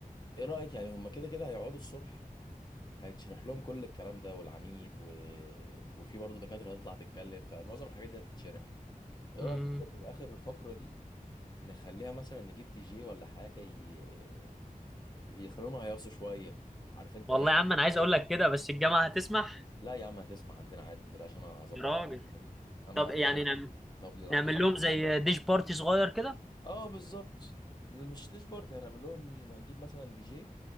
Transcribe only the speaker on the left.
ايه رايك يعني هم كده كده هيقعدوا الصبح هيتشرح لهم كل الكلام ده والعميد و... وفي برضه دكاتره هتطلع تتكلم فمعظم الحاجات دي هتتشرح ايه رايك
اخر آخر الفقره دي نخليها مثلا نجيب دي جي ولا حاجه ي... يخلوهم هيقصوا شويه عارف انت
ايه
لا يا عم هتسمع عندنا عادي ما تقلقش انا هظبط
انا القصة دي. أنا
اقدم
طب للعميل
اه بالظبط مش ليش بارتي هنعمل لهم هنجيب مثلا دي جي